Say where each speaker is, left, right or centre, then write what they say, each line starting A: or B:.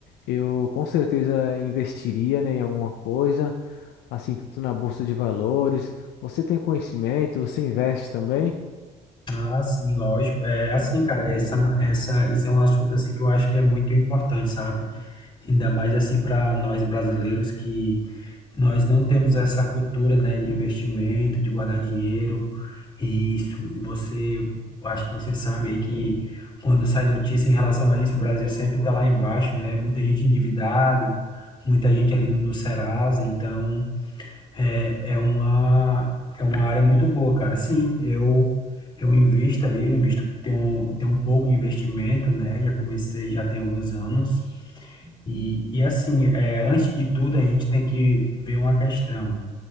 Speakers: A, on the left; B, on the left.
A: Eu com certeza investiria, né, em alguma coisa, assim, tanto na bolsa de valores. Você tem conhecimento? Você investe também?
B: Ah, sim, lógico. É assim, cara, essa, essa, esse é um assunto assim que eu acho que é muito importante, sabe? Ainda mais assim para nós brasileiros que nós não temos essa cultura, né, de investimento, de guardar dinheiro. E isso, e você, acho que você sabe aí que quando sai notícia em relação a isso, o Brasil sempre tá lá embaixo, né? Muita gente endividado, muita gente ali no, no Serasa, então É, é uma, é uma área muito boa, cara. Sim, eu eu invisto ali, eu invisto, tenho, um- tenho um pouco de investimento, né? Já comecei, já tem alguns anos. E, e assim, é, antes de tudo, a gente tem que ver uma questão.